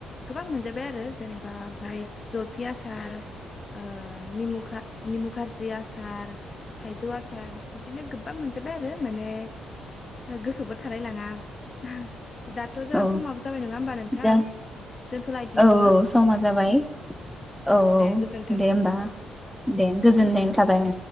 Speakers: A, on the left; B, in the centre.
A: गोबां मोनजाबाय आरो जेनेबा ओमफ्राय जल पिआसार ओ निमुखा निमु खारजि आसार थाइजौ आसार सार बिदिनो गोबां मोनजोबबाय आरो माने गोसोबो थालाय लाङा दाथ' जोंहा
B: औ
A: समाबो जाबाय नङा होमबा नोंथां
B: दा
A: दोनथ'लायदिनि
B: औ
A: नामा
B: औ समा जाबाय औ
A: दे
B: औ
A: गोजोन्थों
B: दे होमबा दे गोजोननाय थाबाय